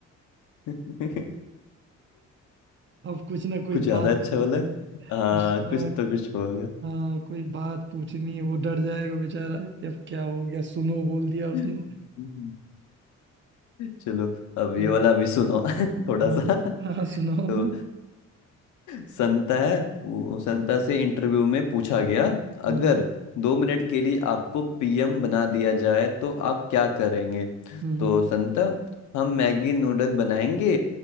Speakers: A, on the left; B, on the right.
A: <laughs>
B: अब कुछ ना कुछ
A: कुछ ज्यादा
B: बात
A: अच्छा
B: पूछ
A: वाला है? हाँ
B: कुछ
A: कुछ
B: हाँ
A: तो कुछ होगा
B: हाँ, कोई बात पूछनी है वो डर जाएगा बेचारा कि अब क्या हो गया सुनो बोल दिया उसने
A: <laughs> चलो अब ये
B: हम्म,
A: वाला भी सुनो <laughs> थोड़ा
B: हाँ
A: सा
B: हाँ सुनाओ
A: तो
B: हम्म
A: संता है वो संता से इंटरव्यू में पूछा गया अगर
B: हम्म
A: दो मिनट के लिए आपको पीएम बना दिया जाए तो आप क्या करेंगे
B: हम्म
A: तो
B: हम्म
A: संता हम मैगी नूडल बनाएंगे